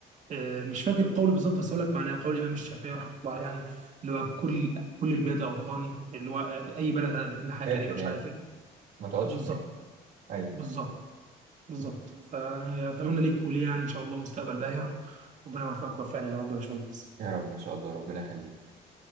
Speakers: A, on the right; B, on the right.
A: آه، مش فاكر القول بالظبط بس اقول لك معناه قول الامام الشافعي رحمه الله عليه يعني اللي هو كل كل البلاد اوطاني اللي هو آه، اي بلد هتقدم لي حاجه
B: كافر
A: كريمه مش
B: يعني
A: عارف ايه
B: ما تقعدش
A: بالظبط
B: فاكر ايوه
A: بالظبط بالظبط فيعني اتمنى ليك وليه يعني ان شاء الله مستقبل باهر ربنا يوفقك ويوفقنا يا رب يا باشمهندس
B: يا رب ان شاء الله ربنا يخليك